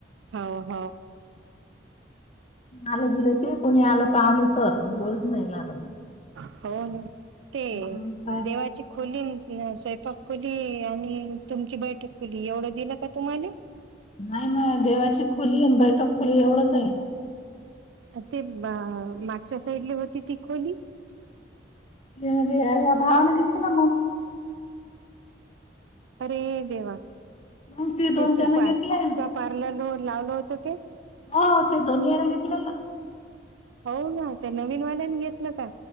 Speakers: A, on the right; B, on the left.
A: हो हो.
B: आलं गेलं ते कोणी आलं पाहुणे तर, रोज नाही लागत.
A: हो ना ते
B: म्हणून काय
A: देवाचे खोली, स्वयंपाक खोली आणि तुमची बैठक खोली एवढं दिलं का तुम्हाले?
B: नाही मग देवाची खोली आणि बैठक खोली एवढंच आहे.
A: आणि ती बा व मागच्या साईडले होती ती खोली.
B: ते म्हणते या यात भावाने मदत केला.
A: अरे देवा
B: मग दोन
A: ते तू
B: त्यानं
A: पा
B: घेतले
A: तुझ्या पार्लरवर लावलं होत ते.
B: हो ते दोन्ही यांना घेतलेल ना.
A: हो का त्या नवीन वाल्यानी घेतलं का?